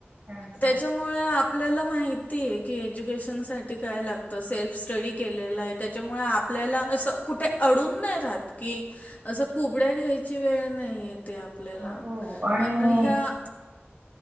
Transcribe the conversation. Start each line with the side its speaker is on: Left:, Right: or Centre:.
Right: अच्छा
Left: त्याच्यामुळे आपल्याला माहितीय की एज्युकेशन साठी काय लागतं सेल्फ स्टडी केलेलं आहे, त्याच्यामुळे आपल्याला असं कुठे अडून नाही राहत की असं कुबड्या घ्यायची वेळ नाही आहेत. ते आपल्याला
Right: हो आणि
Left: अन ह्या